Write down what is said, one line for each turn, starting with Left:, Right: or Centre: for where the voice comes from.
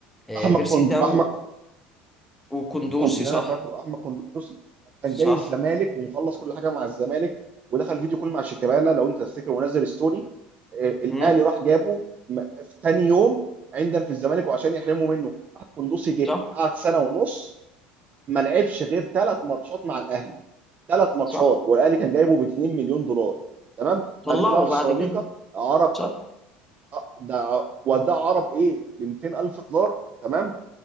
Centre: إيه
Right: احمد
Centre: بيرسي
Right: كوند
Centre: تاو
Right: احمد
Centre: وكندوسي
Right: كوند اللي
Centre: صح
Right: انا فاكره احمد قندوسي كان
Centre: صح
Right: جاي الزمالك ومخلص كل حاجه مع الزمالك ودخل فيديو كل مع شيكابالا لو انت تفتكر ونزل ستوري الاهلي
Centre: امم
Right: راح جابه م- في تاني يوم عندنا في الزمالك وعشان يحرموا منه قندوسي جه
Centre: صح
Right: قعد سنه ونص ما لعبش غير ثلاث ماتشات مع الاهلي ثلاث ماتشات
Centre: صح
Right: والاهلي كان جايبه ب 2 مليون دولار تمام
Centre: طلعوا
Right: بعد كده راح
Centre: بعد
Right: سيراميكا
Centre: كده
Right: عرب
Centre: صح
Right: آه، ده وداه عرب ايه ب 200 الف دولار تمام